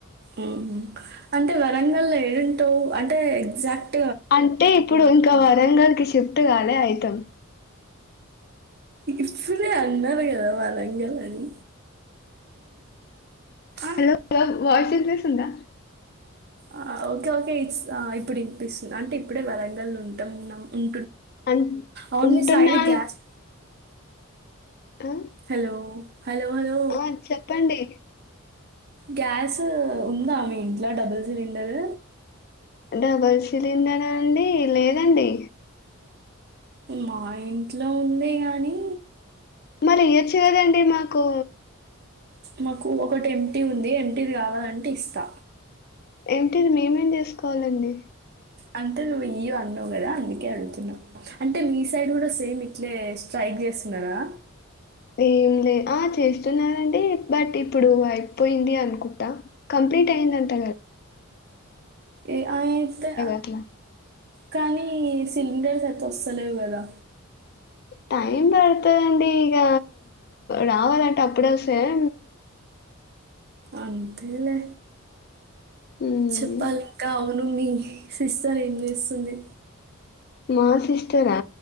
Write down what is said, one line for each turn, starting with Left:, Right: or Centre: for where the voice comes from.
Right: ఉ అంటే వరంగల్ల్లో ఏడుంటావు అంటే ఎగ్జాక్ట్
Left: అంటే ఇప్పుడు ఇంకా వరంగల్ క షిఫ్ట్ కదే అఐతం
Right: ఇరుచలే అన్నారు కదా వరంగల అని ఆ,
Left: హలో వయిస్ ఇనిపిస్తుందా
Right: ఆ ఓకే ఓకే ఇ ఇప్పుడు ఇనిపిస్తుంది అంటే ఇప్పుడే వరంగల్ ఉంటాం ఉ
Left: అన్
Right: అవునుమ
Left: ఉంటున్నా
Right: సైడ్
Left: అన్
Right: గ్యాస్
Left: ఆ
Right: హలో హలో! హలో!
Left: ఆ చెప్పండి
Right: గ్యాస్ ఉందా మీ ఇంట్లో డబుల్ సిలిండర్
Left: డబల్ సిలిండరా అండి లేదండి
Right: మా ఇంట్లో ఉంది గాని
Left: మరి ఇయ్యొచ్చు కదండి మాకు
Right: మాకు ఒకటి ఎంప్టీ ఉంది ఎంప్టీది కావాలంటే ఇస్తా
Left: ఎంప్టీది మేమేం చేసుకోవాలండి
Right: అంటే నువ్వు ఇ్య అన్నావు కదా అందుకే అడుగుతున్నా్ అంటే మీ సైడ్ కూడా సేమ్ ఇట్లే స్ట్రైక్ చేస్తున్నారా
Left: ఏం లే ఆ చేస్తున్నానండి బట్ ఇప్పుడు అయిపోయింది అనుకుంటా కంప్లీట్ అయి యిందంట
Right: ఏ అయతే
Left: అట్లా
Right: కానీ సిలిండర్స్ అయితే వస్తలేవు కదా
Left: టైం పడుతుందండి ఇక రావాలంటే అప్పుడ వస్తాయా
Right: అంతేలే
Left: మ్మ్
Right: చెప్పలింకా అవు నవ్వు మీ సిస్టర్ ఎం చేస్తుంది
Left: మా సిస్టరా